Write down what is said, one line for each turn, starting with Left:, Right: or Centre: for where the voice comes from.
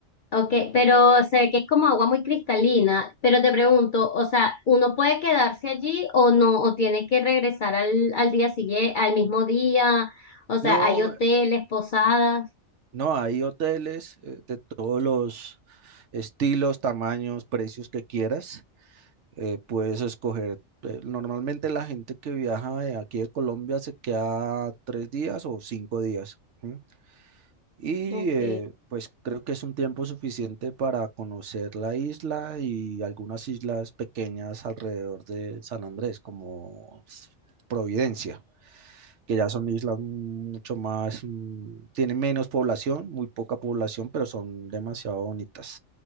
Left: Ok, pero sé que es como agua muy cristalina, pero te pregunto, o sea, ¿uno puede quedarse allí o no? ¿O tiene que regresar al, al día siguiente, al mismo día? O sea,
Right: No,
Left: ¿hay hoteles, posadas?
Right: no, hay hoteles eh, de todos los estilos, tamaños, precios que quieras. eh, puedes escoger. eh, Normalmente la gente que viaja de aquí de Colombia se queda tres días o cinco días. ¿sí? Y
Left: Ok.
Right: eh, pues creo que es un tiempo suficiente para conocer la isla y algunas islas pequeñas alrededor de San Andrés, como Providencia, que ya son islas mucho más, mm, tienen menos población, muy poca población, pero son demasiado bonitas.